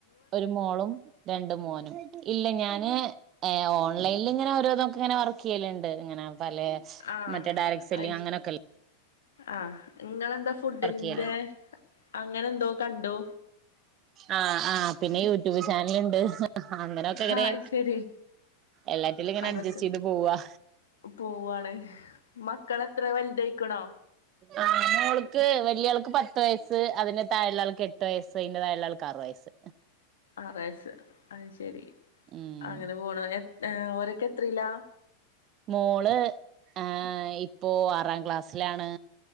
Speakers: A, on the right; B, on the left.
A: ഒരു മോളും രണ്ട് മോനും ഇല്ല ഞാന് ഓൺലൈനിൽ ഇങ്ങനെ ഓരോന്നൊക്കെ ഇങ്ങനെ വർക്ക് ചെയ്യലുണ്ട് ഇങ്ങനെ പല
B: ആ
A: മറ്റേ ഡയറക്ട് സെല്ലി
B: അയ്
A: അങ്ങനെയൊക്കെല്ലെ
B: ആ നിങ്ങളെന്താ ഫുഡിന്റെ
A: ചെയ്യലുണ്ട്
B: അങ്ങനെ എന്തോ കണ്ടു.
A: ആ ആ പിന്നെ യൂട്യൂബ് ചാനല്ണ്ട് അങ്ങനെക്കെ ഇങ്ങനെ.
B: ആ അയ് ശരി
A: എല്ലാറ്റിലും ഇങ്ങനെ
B: അതൊക്കെണ്ട്
A: അഡ്ജസ്റ്റ് ചെയ്ത് പോവാ.
B: പോവാണ്. മക്കളെത്രേ വൽതായ്‌ക്കണോ?
A: ആ മോൾക്ക് വല്ലിയാൾക്ക് പത്ത് വയസ്സ് അതിന്റെ താഴുള്ളാൾക്ക് എട്ട് വയസ്സ്. <unintelligible> ആൾക്ക് ആറ് വയസ്സ്.
B: ആറ് വയസ് അഹ് ശെരി
A: ഉം
B: അങ്ങനെ പോണ് എ അ ഓരോക്കെ ത്രീലാ?
A: മോള് ഏ ഇപ്പോ ആറാം ക്ലാസ്സിലാണ്.